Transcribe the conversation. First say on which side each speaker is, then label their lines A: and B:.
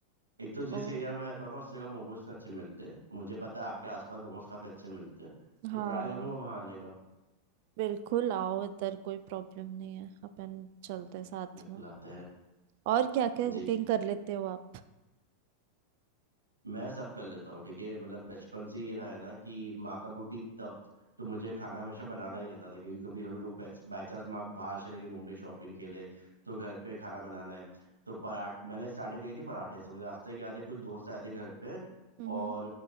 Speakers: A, on the right; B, on the right.
A: एक तो जिस
B: ओ
A: एरिया में रहता हूँ ना उससे का मोमोज अच्छे मिलते हैं मुझे पता है आपके आसपास मोमोज काफी अच्छे मिलते हैं तो
B: हाँ
A: ट्राई करूंगा वहां आने का
B: बिल्कुल आओ इधर कोई प्रॉब्लम नहीं है अपन चलते हैं साथ
A: बिल्कुल
B: में
A: आता है।
B: और क्या क्या कुकिंग
A: जी।
B: कर लेते हो आप
A: मैं सब कर लेता हूँ ठीक है मतलब बचपन से ये रहा है ना कि माँ का बुटीक था तो मुझे खाना हमेशा बनाना ही रहता था क्योंकि कभी हम लोग बाई चांस माँ बाहर चले गई मुंबई शॉपिंग के लिए तो घर पे खाना बनाना है तो पराठ मैंने स्टार्टिंग करी थी पराठे से मुझे आज तक याद है कुछ दोस्त आए थे घर पे
B: हम्म
A: और